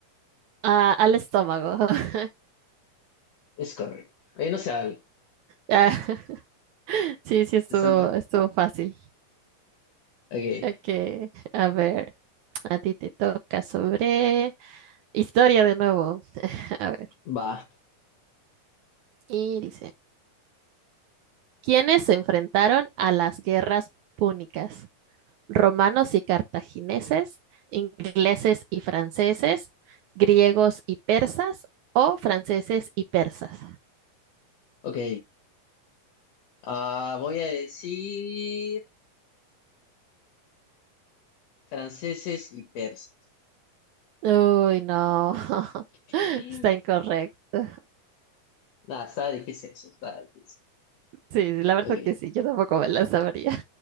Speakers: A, on the right; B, on the left.
A: Ah, al estómago. <laughs>
B: Es correcto. Ahí no se vale.
A: Ah, sí, sí estuvo
B: sesenta. Santa?
A: estuvo fácil.
B: Ok,
A: Ok, a ver, a ti te toca sobre historia de nuevo. <laughs> A ver,
B: va.
A: y dice, ¿quiénes se enfrentaron a las guerras púnicas? Romanos y cartagineses, ingleses y franceses, griegos y persas o franceses y persas.
B: Ok. Ah, voy a decir franceses y persas.
A: Uy, no, <laughs>
B: <laughs>
A: está incorrecto.
B: Nada, está difícil eso, está difícil.
A: Sí, sí, la verdad
B: Ok.
A: que sí, yo tampoco me la sabría.